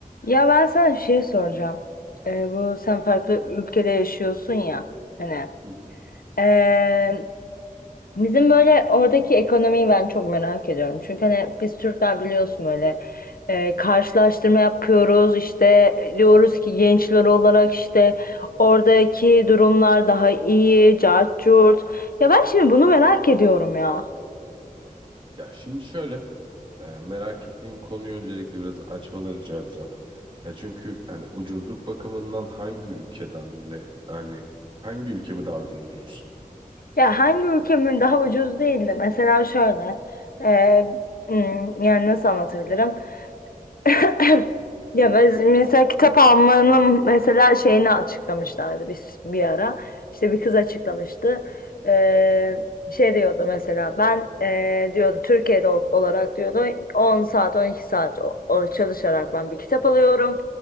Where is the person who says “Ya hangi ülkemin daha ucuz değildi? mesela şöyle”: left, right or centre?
Left